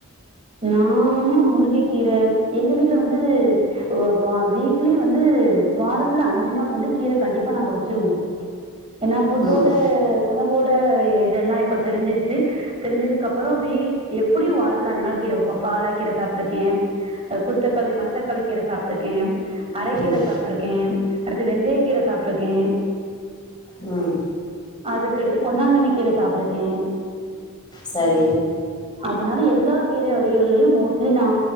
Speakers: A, on the right; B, on the left.
A: நானு முருங்கக்கீர எங்க வீட்ல வந்து ஒ வா வீக்லி வந்து வாரத்துல அஞ்சு நாள் வந்து கீர கண்டிப்பா நாங்க வச்சிருவோ ஏனா ஃபுட்டோட
B: ம்
A: உணவோட இதெல்லா இப்ப தெரிஞ்சிருச்சு தெரிஞ்சதுக்கப்பறோ வீக் எப்புடியு வாரத்துல அஞ்சு நாள் கீர வெப்போ பாலாக் கீர சாப்ட்ருக்கே அ குருத்தக்காளி மணத்தக்காளி கீர சாப்ட்ருக்கே அரைக்கீர
B: ம்
A: சாப்ட்ருக்கே அடுத்து வெந்தய கீர சாப்ட்ருக்கே
B: ம்
A: அதுக்கடுத்து பொன்னாங்கண்ணி கீர சாப்ட்ருக்கே
B: சரி
A: அதுனால எல்லா கீர வகைகள்லயு மோஸ்ட்லி நா